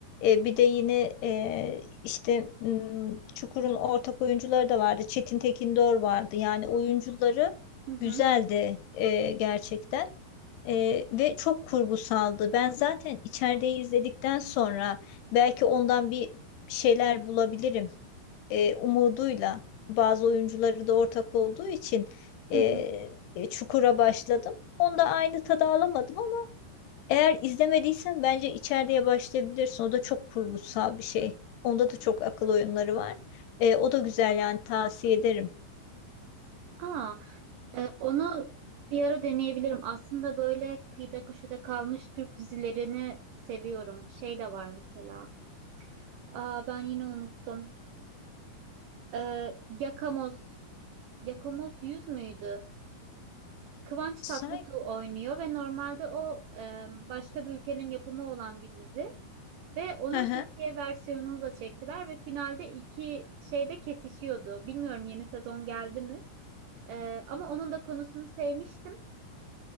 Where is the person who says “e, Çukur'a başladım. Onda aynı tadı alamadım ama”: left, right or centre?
Left